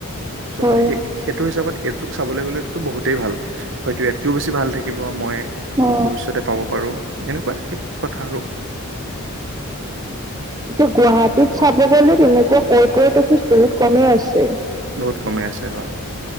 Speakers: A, on the right (about 55°); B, on the right (about 15°).
A: চ
B: হয়
A: মই সেই সেইটো হিচাপত এইটোক চাবলৈ গ'লেতো বহুতেই ভাল। হয়তো ইয়াত কিয় বেছি ভাল থাকিব মই
B: অ
A: ভৱিষ্যতে পাব পাৰোঁ। এনেকুৱা থাকিব কথা আৰু
B: এতিয়া গুৱাহাটীত চাব গলে তেনেকুৱা কৰ্পৰেট অফিচ বহুত কমেই আছে।
A: বহুত কমে আছে হয়।